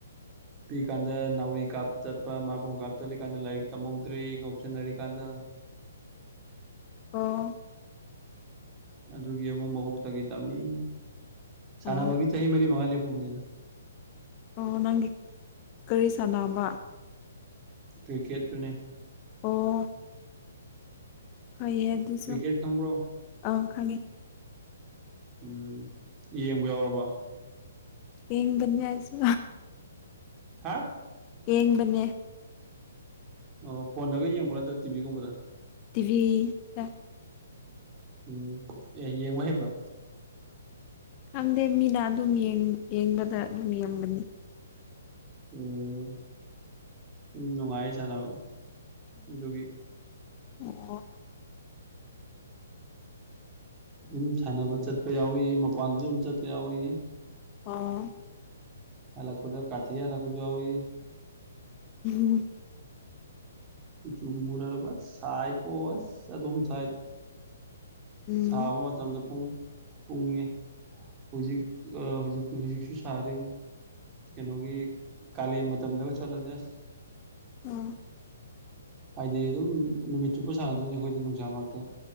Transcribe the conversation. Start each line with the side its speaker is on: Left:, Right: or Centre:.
Right: ꯄꯤ ꯀꯥꯟꯗ ꯅꯥꯎꯔꯤ ꯀꯥꯞ ꯆꯠꯄ ꯃꯥꯕꯣꯜ ꯀꯥꯞ ꯆꯠꯂꯤꯀꯥꯟꯗ ꯂꯥꯏꯔꯤꯛ ꯇꯝꯍꯧꯗ꯭ꯔꯦ ꯉꯧꯎꯁꯟꯅꯔꯤꯀꯥꯟꯗ <inaudible>
Left: ꯑꯣ
Right: ꯑꯗꯨꯒꯤ ꯑꯃꯨꯛ ꯃꯀꯣꯛꯇꯒꯤ ꯇꯝꯃꯤ ꯁꯥꯟꯅꯕꯒꯤ
Left: ꯑꯣ
Right: ꯆꯍꯤ ꯃꯔꯤ ꯃꯉꯥ ꯂꯦꯞ ꯄꯨꯝꯅꯤꯗ
Left: ꯑꯣ ꯅꯪꯒꯤ ꯀꯔꯤ ꯁꯥꯟꯅꯕ
Right: ꯀ꯭ꯔꯤꯀꯦꯠꯇꯨꯅꯦ
Left: ꯑꯣ ꯐꯩꯌꯦ ꯑꯗꯨꯁꯨ
Right: ꯀ꯭ꯔꯤꯀꯦꯠ ꯈꯪꯕ꯭ꯔꯣ
Left: ꯑꯪ ꯈꯪꯉꯤ
Right: ꯎꯝ ꯌꯦꯡꯕ ꯌꯥꯎꯔꯕꯣ
Left: ꯌꯦꯡꯕꯅꯤ ꯑꯩꯁꯨ
Right: ꯍꯥ
Left: ꯌꯦꯡꯕꯅꯦ
Right: ꯑꯣ ꯐꯣꯟꯗꯒ ꯌꯦꯡꯕ꯭ꯔꯥ ꯅꯠꯇ꯭ꯔ ꯇꯤꯚꯤꯒꯨꯝꯕꯗ
Left: ꯇꯤꯚꯤꯗ
Right: ꯎꯝ ꯑꯦ ꯌꯦꯡꯕ ꯍꯩꯕ꯭ꯔꯥ
Left: ꯈꯪꯗꯦ ꯃꯤꯅ ꯑꯗꯨꯝ ꯌꯦꯡ ꯌꯦꯡꯕꯗ ꯑꯗꯨꯝ ꯌꯦꯡꯕꯅꯤ
Right: ꯎꯝ ꯅꯨꯡꯉꯥꯏ ꯁꯥꯟꯅꯕ ꯑꯗꯨꯒꯤ
Left: ꯑꯣ
Right: ꯑꯗꯨꯝ ꯁꯥꯟꯅꯕ ꯆꯠꯄ ꯌꯥꯎꯏ ꯃꯄꯥꯟꯁꯨ ꯑꯗꯨꯝ ꯆꯠꯄ ꯌꯥꯎꯏ
Left: ꯑꯣ
Right: ꯍꯂꯛꯄꯗ ꯀꯥꯊꯦꯛꯑꯒ ꯍꯂꯛꯄꯁꯨ ꯌꯥꯎꯏ
Left: ꯎꯝ
Right: ꯀꯨꯆꯨ ꯃꯨꯔ ꯍꯂꯛꯄ ꯑꯁ ꯁꯥꯏꯀꯣ ꯑꯁ ꯑꯗꯨꯝ ꯁꯥꯏ
Left: ꯎꯝ
Right: ꯁꯥꯕ ꯃꯇꯝꯗ ꯄꯨꯡ ꯄꯨꯡ ꯍꯧꯖꯤꯛ ꯑꯥ ꯍꯧꯖꯤꯛ ꯍꯧꯖꯤꯛꯁꯨ ꯁꯥꯔꯤꯦ ꯑꯗꯨꯝ ꯀꯩꯅꯣꯒꯤ ꯀꯥꯂꯦꯟ ꯃꯇꯝꯗ ꯆꯠꯂꯗꯤ ꯑꯁ
Left: ꯎꯝ
Right: ꯍꯥꯏꯗꯤ ꯑꯗꯨꯝ ꯅꯨꯃꯤꯠ ꯆꯨꯞꯄ ꯁꯥꯟꯅꯗꯣꯏꯅꯤ ꯑꯩꯈꯣꯏꯗꯤ ꯅꯨꯡꯁꯥ ꯃꯔꯛꯇ